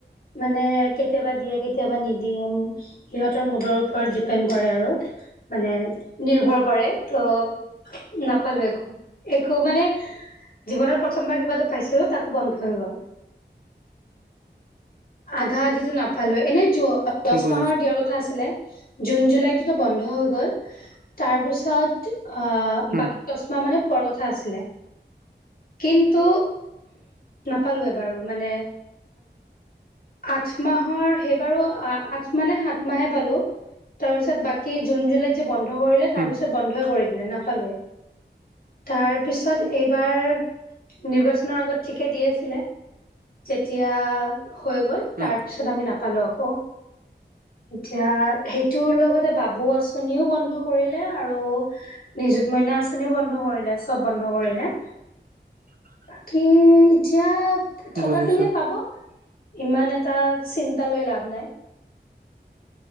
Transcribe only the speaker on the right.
বুজিছো
উম
উম
উম
<unintelligible>
বুজিছো